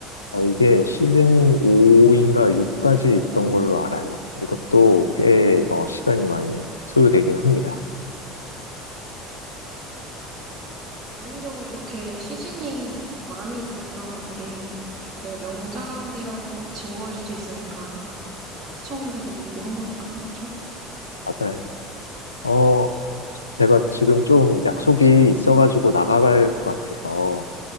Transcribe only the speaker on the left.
어, 이게 시즌이 5인가 6까지 있던 걸로 알아요. 이것도 꽤 어, 시간이 많이 소요되긴 합니다.
맞아요. 어, 제가 지금 좀 약속이 있어가지고 나가봐야 할 것 같아서,